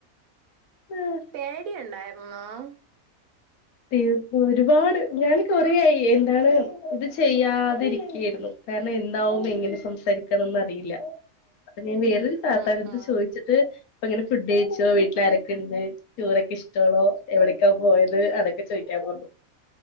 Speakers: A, on the left (about 80°); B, on the right (about 75°).
A: ആഹ്
B: പേടിയുണ്ടാര് <unintelligible>
A: ഈ ഒരുപാട് ഞാന് കൊറേആയി, എന്താണ് ഇത് ചെയ്യാതിരികേരുന്നു. കാരണം എന്താവും പെങ്ങനെ സംസാരിക്കാന്നോന്നും അറിയില്ല. ഞാൻ വേറൊരു താത്താന്റെട്ത്ത്
B: ഉം ഉം
A: ചോയിച്ചിട്ട് ഇപ്പൊങ്ങനെ ഫുഡ് ഴിച്ചോ, വീട്ടിൽ ആരൊക്കെണ്ട്, ടൂറൊക്കെ ഇഷ്ടാണോ, എവിടക്കാ പോയത്, അതൊക്കെ ചോയിക്കാൻ പോ